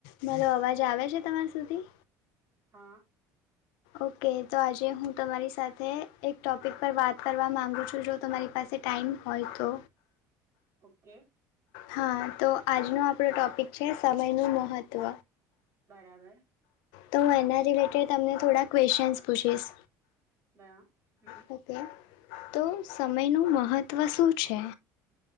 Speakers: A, on the left; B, on the right.
A: મલો અવાજ આવે છે તમાર સુધી
B: હા.
A: ઓકે તો આજે હું તમારી સાથે એક ટોપિક પર વાત કરવા માંગુ છું જો તમારી પાસે ટાઈમ હોય તો
B: ઓકે
A: હા તો આજનો આપણો ટોપિક છે સમય નું મહત્વ.
B: બરાબર
A: તો હું એના રિલેટેડ તમને થોડા ક્વેશ્ચન પૂછીશ
B: બરા હમ
A: હું કેર. તો સમયનું મહત્ત્વ શું છે?